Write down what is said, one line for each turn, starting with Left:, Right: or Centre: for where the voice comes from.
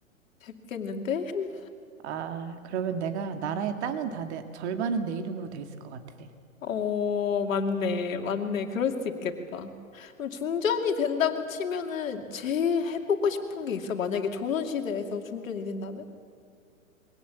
Left: 됐겠는데? <laughs>
Right: 아, 그러면 내가 나라의 땅은 다 내, 절반은 내 이름으로 돼 있을 것 같아.
Left: 어, 맞네. 맞네. 그럴 수 있겠다. 그럼 중전이 된다고 치면은 제일 해보고 싶은 게 있어. 만약에 조선시대에서 중전이 된다면?